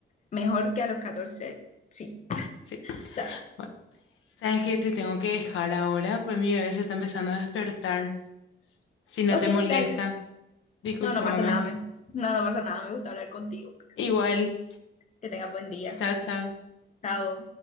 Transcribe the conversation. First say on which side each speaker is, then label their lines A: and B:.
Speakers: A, on the left (about 35°); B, on the left (about 85°).
A: mejor que a los 14 sí,
B: Sí.
A: ¿sabes?
B: Bueno, ¿sabes qué? Te tengo que dejar ahora, pues mi bebé se está empezando a despertar. Si no
A: Ok,
B: te molesta,
A: dale.
B: discúlpame.
A: No, no pasa nada, me- no, no pasa nada, me gusta hablar contigo.
B: Igual,
A: Que tengas buen día.
B: chao, chao.
A: Chao.